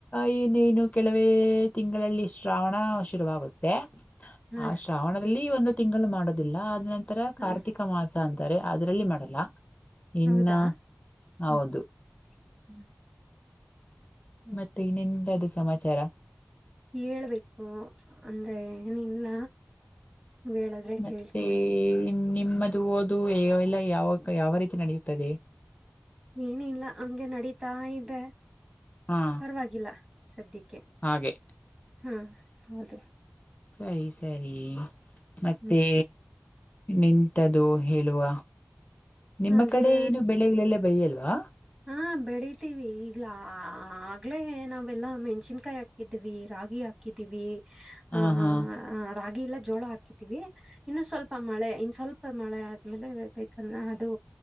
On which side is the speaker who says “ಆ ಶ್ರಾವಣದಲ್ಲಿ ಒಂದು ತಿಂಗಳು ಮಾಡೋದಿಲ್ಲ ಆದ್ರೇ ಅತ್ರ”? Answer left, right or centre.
Left